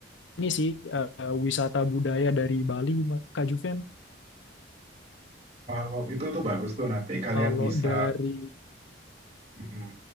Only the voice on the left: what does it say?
ini sih eh, wisata budaya dari Bali Kak Juven.
Kalau
dari